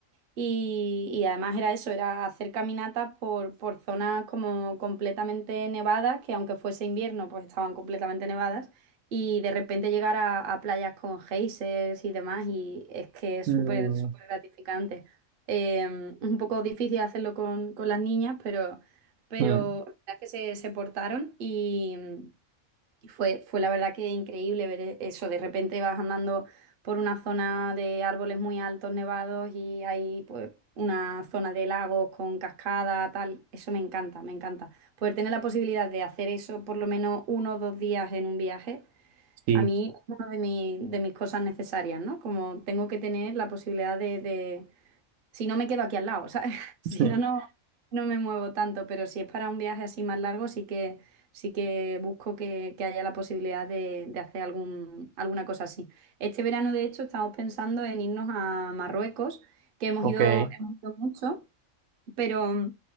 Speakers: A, on the right (about 55°); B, on the right (about 85°).
A: y, y además era eso, era hacer caminatas por, por zonas como completamente nevadas, que aunque fuese invierno, pues estaban completamente nevadas, y de repente llegar a, a playas con geysers y demás, y es que es
B: Mm,
A: súper, súper gratificante. Eh, un poco difícil hacerlo con, con las niñas, pero, pero
B: mm,
A: la verdad es que se, se portaron y... Y Fue, fue la verdad que increíble ver e- eso. De repente vas andando por una zona de árboles muy altos, nevados, y hay pues una zona de lagos con cascada, tal. Eso me encanta, me encanta. Poder tener la posibilidad de hacer eso por lo menos uno o dos días en un viaje,
B: sí.
A: a mí es una de, mi- de mis cosas necesarias, ¿no? Como tengo que tener la posibilidad de, de si no me quedo aquí al lado, ¿sabes? <laughs>
B: <laughs>
A: Si no, no, no me muevo tanto, pero si es para un viaje así más largo, sí que, sí que busco que, que haya la posibilidad de, de hacer algún, alguna cosa así. Este verano, de hecho, estamos pensando en irnos a Marruecos, que hemos
B: Ok.
A: ido, hemos ido mucho, pero